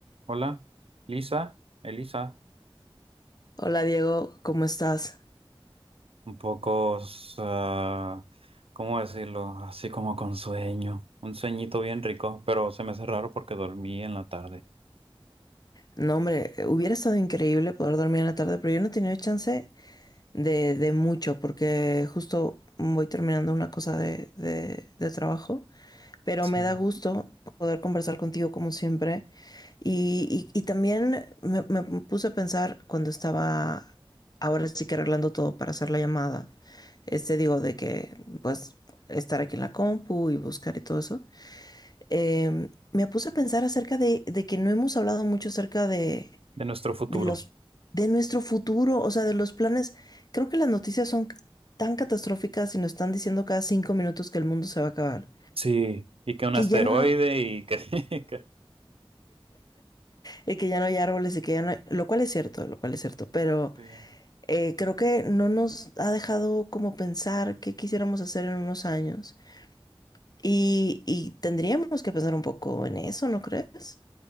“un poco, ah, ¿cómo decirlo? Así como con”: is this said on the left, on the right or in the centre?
Right